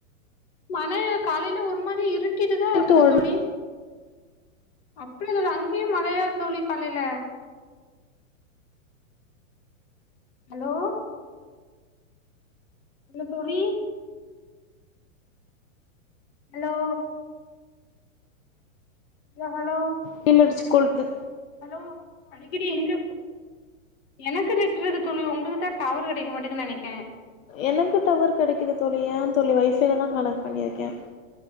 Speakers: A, on the left; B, on the left.
A: மன காலையில ஒரு மாரி இருட்டிடுதா
B: நேத்து
A: இருந்து
B: ஒடனே
A: தோழி அப்டியா தோ அங்கேயு மழையா தோழி காலைல ஹலோ இல்ல தோழி அலோ ஹலோ ஹலோ
B: வெயில் அடிச்சு கொளுத்து
A: ஹலோ அடிக்கடி எங்க எனக்கு நெட்ருக்கு தோழி உங்களுக்கு தா டவர் கிடைக்க மாட்டங்கன்னு நினைக்கே
B: எனக்கு டவர் கிடைக்குது தோழி ஏ தோழி வைஃபைல தா கனெக்ட் பண்ணியிருக்கே